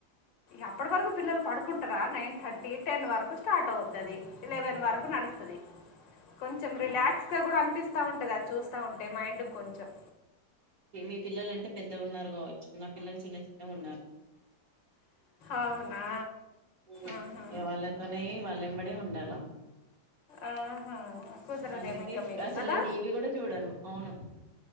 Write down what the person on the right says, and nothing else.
అవునా
మీ పిల్లలు అంటే పెద్దగ ఉన్నారు కావచ్చు నా పిల్లలు చిన్న చిన్నగా ఉన్నారు
హ్మ్ హు
ఇగ వాళ్ళతోనే వాళ్ళంబడే ఉన్ ఉండాల
అందుకే
అసలు
నేను టీ వీ గూడ చూడాను అవును